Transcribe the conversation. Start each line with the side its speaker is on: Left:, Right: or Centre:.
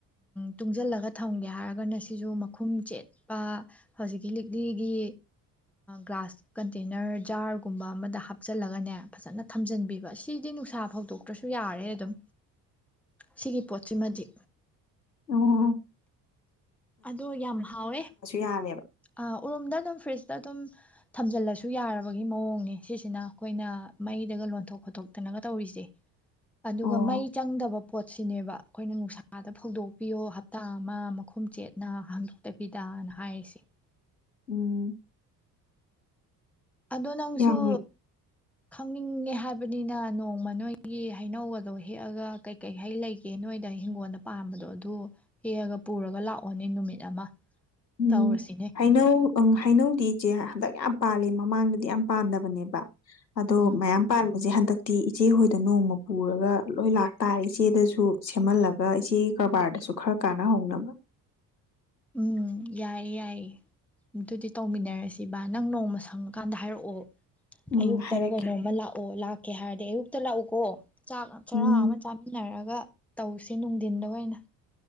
Centre: ꯇꯨꯡꯁꯤꯜꯂꯒ ꯊꯝꯒꯦ ꯍꯥꯏꯔꯒꯅ ꯁꯤꯁꯨ ꯃꯈꯨꯝ ꯆꯦꯠꯄ ꯍꯧꯖꯤꯛꯀꯤ ꯂꯤꯛꯂꯤꯒꯤ ꯒ꯭ꯂꯥꯁ ꯀꯟꯇꯦꯅꯔ ꯖꯥꯔ ꯒꯨꯝꯕ ꯑꯃꯗ ꯍꯥꯞꯆꯜꯂꯒꯅꯦ ꯐꯖꯅ ꯊꯝꯖꯤꯟꯕꯤꯕ ꯁꯤꯗꯤ ꯅꯨꯡꯁꯥ ꯐꯧꯗꯣꯛꯇ꯭ꯔꯁꯨ ꯌꯥꯔꯦ ꯑꯗꯨꯝ ꯁꯤꯒꯤ ꯄꯣꯠꯁꯤꯃꯗꯤ
Left: ꯎꯝ
Centre: ꯑꯗꯣ ꯌꯥꯝ ꯍꯥꯎꯋꯦ
Left: ꯌꯥꯔꯦꯕ
Centre: ꯑ ꯎꯔꯣꯝꯗ ꯑꯗꯨꯝ ꯐ꯭ꯔꯤꯁ ꯑꯗꯨꯝ ꯊꯝꯖꯤꯜꯂꯁꯨ ꯌꯥꯔꯕꯒꯤ ꯃꯑꯣꯡꯅꯦ ꯁꯤꯁꯤꯅ ꯑꯩꯈꯣꯏꯅ ꯃꯩꯗꯒ ꯂꯣꯟꯊꯣꯛ ꯈꯣꯠꯇꯣꯛꯇꯅꯒ ꯇꯧꯔꯤꯁꯦ ꯑꯗꯨꯒ
Left: ꯑꯣ
Centre: ꯃꯩ ꯆꯪꯗꯕ ꯄꯣꯠ ꯁꯤꯅꯦꯕ ꯑꯩꯈꯣꯏꯅ ꯅꯨꯡꯁꯥꯗ ꯐꯧꯗꯣꯛꯄꯤꯌꯣ ꯍꯞꯇꯥ ꯑꯃ ꯃꯈꯨꯝꯆꯦꯠ ꯅ ꯍꯥꯡꯗꯣꯛꯇꯕꯤꯗꯅ ꯍꯥꯏꯔꯤꯁꯦ
Left: ꯎꯝ
Centre: ꯑꯗꯣ ꯅꯪꯁꯨ
Left: ꯌꯥꯝ
Centre: ꯈꯪꯅꯤꯡꯉ ꯍꯥꯏꯕꯅꯤꯅ ꯅꯣꯡꯃ ꯅꯣꯏꯒꯤ ꯍꯩꯅꯧꯗꯣ ꯍꯦꯛꯑꯒ ꯀꯩꯀꯩꯍꯩ ꯂꯩꯒꯦ ꯅꯣꯏꯗ ꯍꯤꯡꯒꯣꯜꯗ ꯄꯥꯝꯕꯗꯣ ꯑꯗꯨ ꯍꯦꯛꯑꯒ ꯄꯨꯔꯒ ꯂꯥꯛꯑꯣꯅꯦ ꯅꯨꯃꯤꯠ ꯑꯃ
Left: ꯎꯝ
Centre: ꯇꯧꯔꯁꯤꯅꯦ
Left: ꯍꯩꯅꯧ ꯑꯪ ꯍꯩꯅꯧꯗꯤ ꯏꯆꯦ ꯍꯟꯗꯛ ꯌꯥꯝ ꯄꯥꯜꯂꯤ ꯃꯃꯥꯡꯗꯗꯤ ꯌꯥꯝ ꯄꯥꯗꯕꯅꯦꯕ ꯑꯗꯣ
Centre: ꯎꯝ
Left: ꯃꯌꯥꯝ ꯄꯥꯜꯜꯂꯤ ꯍꯧꯖꯤꯛ ꯍꯟꯗꯛꯇꯤ ꯏꯆꯦ ꯍꯣꯏꯗ ꯅꯣꯡꯃ ꯄꯨꯔꯒ ꯂꯣꯏ ꯂꯥꯛꯇꯥꯔꯦ ꯏꯆꯦꯗꯁꯨ ꯁꯦꯝꯍꯜꯂꯒ ꯏꯆꯦꯒꯤ ꯀꯔꯕꯥꯔꯗꯁꯨ ꯈꯔ ꯀꯥꯟꯅꯍꯧꯅꯕ
Centre: ꯎꯝ ꯌꯥꯏꯌꯦ ꯌꯥꯏꯌꯦ ꯑꯗꯨꯗꯤ ꯇꯧꯃꯤꯟꯅꯔꯁꯤ ꯅꯪ ꯅꯣꯡꯃ ꯁꯪꯉꯀꯥꯟꯗ ꯍꯥꯏꯔꯛꯑꯣ
Left: ꯎꯝ
Centre: ꯑꯌꯨꯛꯇꯔ
Left: ꯍꯥꯏꯔꯛꯀꯦ
Centre: ꯀꯩꯅꯣꯝꯃ ꯂꯥꯛꯑꯣ ꯂꯥꯛ ꯀꯩ ꯍꯥꯏꯔꯗꯤ ꯑꯌꯨꯛꯇ ꯂꯥꯛꯎꯀꯣ ꯆꯥꯛ ꯆꯔꯥ
Left: ꯎꯝ
Centre: ꯑꯃ ꯆꯥꯃꯤꯟꯅꯔꯒ ꯇꯧꯁꯦ ꯅꯨꯡꯊꯤꯟꯗꯅ